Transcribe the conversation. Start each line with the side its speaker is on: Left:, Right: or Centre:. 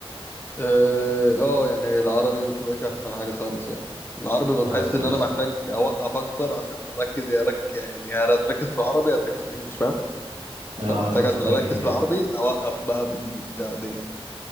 Left: اه آه، يعني العربي ما بتبقاش احسن حاجة خالص يعني العربي
Right: خلاص
Left: بتحس ان
Right: قشطة
Left: انا محتاج اوقف اكتر عشان اركز يا رك يعني هتركز في العربي هتركز في الانجليش فاهم
Right: لا
Left: فمحتاج عشان
Right: هترجم
Left: اركز في
Right: يعني
Left: العربي اوقف بقى بايدي وبتاع ودنيا